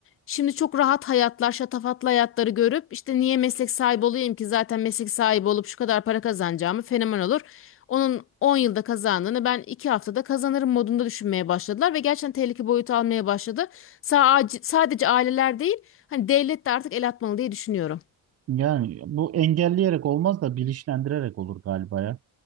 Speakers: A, on the left; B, on the right.
A: Şimdi çok rahat hayatlar, şatafatlı hayatları görüp işte niye meslek sahibi olayım ki zaten meslek sahibi olup şu kadar para kazanacağımı fenomen olur. Onun 10 yılda kazandığını ben 2 haftada kazanırım modunda düşünmeye başladılar ve gerçekten tehlike boyutu almaya başladı. Sadece, sadece aileler değil, hani devlet de artık el atmalı diye düşünüyorum.
B: Yani bu engelleyerek olmaz da bilinçlendirerek olur galiba ya.